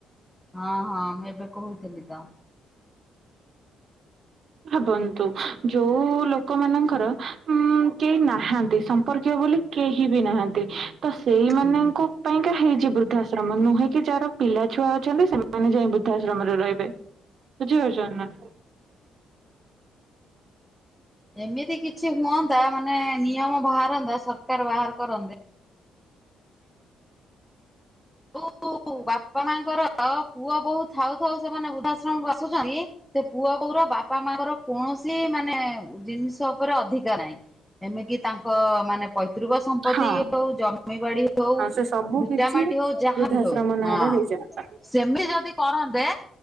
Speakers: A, in the centre; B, on the right.
A: ହଁ ହଁ ମୁଁ ଏବେ କହୁଥିଲି ତ।
B: ଭାବନ୍ତୁ ଯୋଉ ଲୋକମାନାନଙ୍କର ଉଁ କେହି ନାହାନ୍ତି ସ ସମ୍ପର୍କୀୟ ବୋଲି କେହି ବି ନାହାନ୍ତି ତ ସେଇମାନାନଙ୍କ
A: ହୁଁ।
B: ପାଇଁକା ହେଇଛି ବୃଦ୍ଧା ଆ ଶ୍ରମ ନୁହେଁ କି ଯାହାର ପିଲା ଛୁଆ ଅଛନ୍ତି ସେମାନେ ଯାଇ ବୃଦ୍ଧାଶ୍ରମରେ ରହିବେ। ବୁଝିପାରୁଛନ୍ତି ନା?
A: ଏମିତି କିଛି ହୁଅନ୍ତା ମାନେ ନିୟମ ବାହାରନ୍ତା ସରକାର ବାହାର କରନ୍ତେ ଉ ଉ ବାପା ମାଙ୍କର ପୁଅ ବୋହୁ ଥାଉ ଥାଉ ସେମାନେ ବୃଦ୍ଧାଆଶ୍ରମକୁ ଆସୁଛନ୍ତି ସେ ପୁଅ ବୋହୁର ବାପା ମାଙ୍କର କୌଣସି ମାନେ ଜିନିଷ ଉପରେ ଅଧିକା ନାହିଁ। ଏମିତି ତାଙ୍କ ମାନେ ପୈତୃକ ସମ୍ପତ୍ତି
B: ହଁ।
A: ହଉ ଜମିବାଡି ହଉ
B: ହଁ ସେ ସବୁ
A: ଭିଟାମା
B: କିଛି
A: ଟି ହଉ ଯାହା
B: ବୃଦ୍ଧାଶ୍ରମ
A: ବି ହଉ
B: ନାଁରେ
A: ହଁ
B: ହେଇଯାଆନ୍ତା।
A: ସେମି ଯଦି କରନ୍ତେ